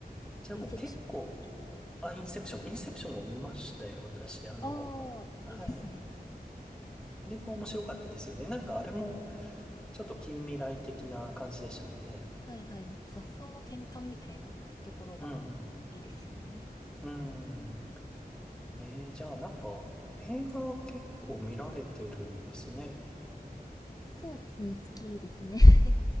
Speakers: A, in the centre; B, on the left.
A: じゃあもう結構、
B: インセプションとかいる。
A: あ、インセプション、インセプションも見ましたよ、私。あの、
B: ああ、
A: あ
B: いいですね。
A: はい。
B: これ
A: あれも面白かったですよね。なんかあれも、
B: そうですね。
A: ちょっと近未来的な感じでしたもんね。
B: はいはい、なんか発想の転換みたいなところがいいですよね。
A: うんうん。うん。えー、じゃあなんか、映画結構見られてるんですね。
B: そうですね、好きですね。